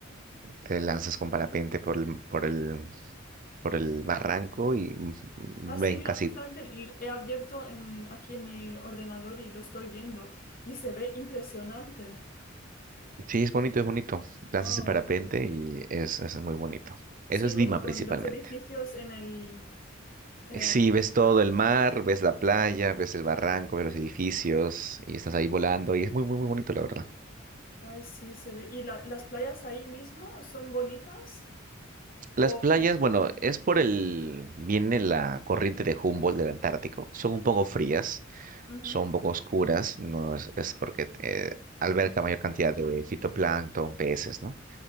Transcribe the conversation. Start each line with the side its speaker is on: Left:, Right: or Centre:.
Right: te lanzas con parapente por el, por el, por el barranco y mm, mm,
Left: Ah, sí,
Right: ven
Left: mira,
Right: casi.
Left: justamente l- he abierto en, aquí en mi ordenador y lo estoy viendo y se ve impresionante.
Right: Sí, es bonito, es bonito. Lanzas
Left: Wow.
Right: en parapente y es, es muy bonito.
Left: Sí,
Right: Eso es
Left: como
Right: Lima
Left: con
Right: principalmente.
Left: los edificios en el... eh,
Right: Sí, ves todo
Left: gas.
Right: el mar, ves la playa,
Left: Sí.
Right: ves el barranco, ves los edificios y estás ahí volando y es muy, muy, muy bonito, la verdad.
Left: Ay, sí, se ve. ¿Y la- las playas ahí mismo son bonitas?
Right: Las
Left: O,
Right: playas,
Left: o-
Right: bueno, es por el, viene la corriente de Humboldt del Antártico, son un poco frías.
Left: ujú,
Right: son un poco oscuras, no es, es porque eh, alberga mayor cantidad de fitoplancton, peces, ¿no?